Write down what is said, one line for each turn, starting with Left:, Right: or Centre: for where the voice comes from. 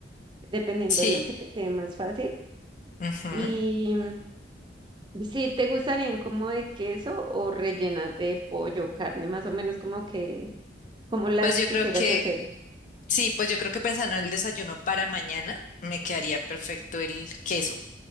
Right: dependiendo
Left: sí.
Right: de lo que te quede más fácil.
Left: ujú.
Right: Y y si te gustarían como de queso o rellenas de pollo, carne, más o menos como que, como las
Left: Pues yo
Right: quisieras
Left: creo que,
Right: hacer.
Left: sí, pues yo creo que pensando en el desayuno para mañana, me quedaría perfecto el queso.